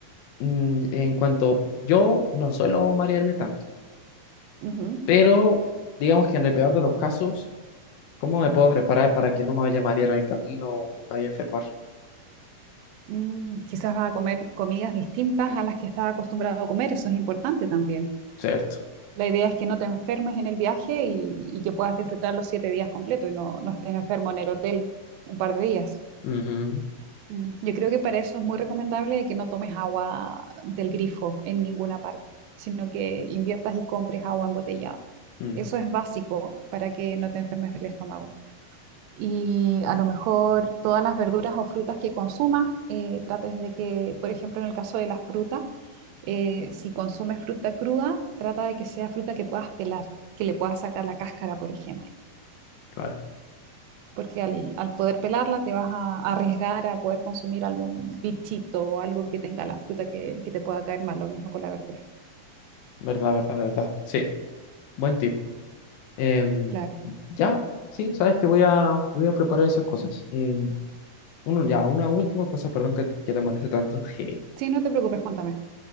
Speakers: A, on the left (about 80°); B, on the right (about 80°).
A: mm, en cuanto yo no suelo marearme tanto,
B: Ujú.
A: pero digamos que en el peor de los casos, ¿cómo me puedo preparar para que no me vaya a marear en el camino o me vaya a enfermar?
B: Mm, quizás va a comer comidas distintas a las que estaba acostumbrado a comer, eso es importante también.
A: Cierto.
B: La idea es que no te enfermes en el viaje y, y que puedas disfrutar los siete días completos y no, no estés enfermo en el hotel un par de días.
A: Ujú,
B: Mm, Yo creo que para eso es muy recomendable que no tomes agua del grifo en ninguna parte, sino que inviertas y compres agua embotellada.
A: mm,
B: Eso es básico para que no te enfermes del estómago y a lo mejor todas las verduras o frutas que consumas, eh, trates de que, por ejemplo, en el caso de las frutas, eh, si consumes fruta cruda, trata de que sea fruta que puedas pelar, que le puedas sacar la cáscara, por ejemplo,
A: claro,
B: porque al, al poder pelarla te vas a, a arriesgar a poder consumir algún bichito o algo que tenga la fruta que, que te pueda caer mal, lo mismo con la verdura.
A: verdad, verdad, verdad. Sí, buen tip. Em,
B: Claro.
A: ya, sí, sabes que voy a, voy a preparar esas cosas. Em, uno, ya, una última cosa, perdón que, que te moleste tanto. <laughs>
B: Sí, no te preocupes, cuéntame.